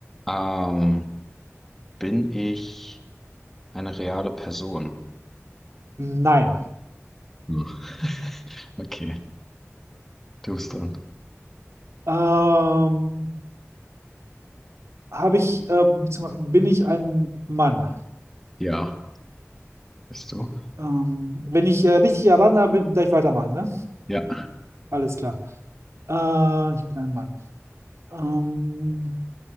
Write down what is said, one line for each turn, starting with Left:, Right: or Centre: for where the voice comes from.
Centre: Ähm, bin ich eine reale Person?
Right: Nein.
Centre: Hm. <laughs> Okay, du bist dran.
Right: Ähm, habe ich, äh, beziehungsweise bin ich ein Mann?
Centre: Ja, bist du?
Right: Ähm, wenn ich äh, richtig erraten habe, darf ich weitermachen, ne?
Centre: Ja.
Right: Alles klar. Äh, ich bin ein Mann. Ähm,